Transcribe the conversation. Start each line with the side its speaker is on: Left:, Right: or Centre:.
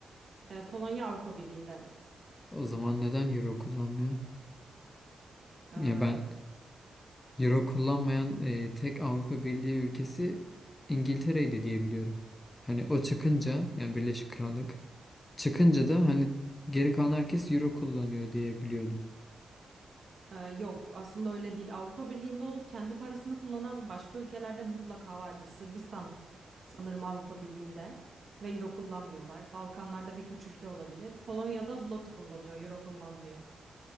Right: Ee, Polonya Avrupa Birliği'nde evet.
Left: O zaman neden euro kullanmıyor?
Right: Ee,
Left: Ya ben euro kullanmayan e, tek Avrupa Birliği ülkesi İngiltere'ydi diye biliyorum. Hani o çıkınca yani Birleşik Krallık Çıkınca da hani geri kalan herkes euro kullanıyor diye biliyordum.
Right: Ee, yok aslında öyle değil. Avrupa Birliği'nde olup kendi parasını kullanan başka ülkelerde mutlaka vardır. Sırbistan sanırım Avrupa Birliği'nde ve euro kullanmıyorlar. Balkanlarda birkaç ülke olabilir. Polonya'da zloty kullanıyor, euro kullanmıyor.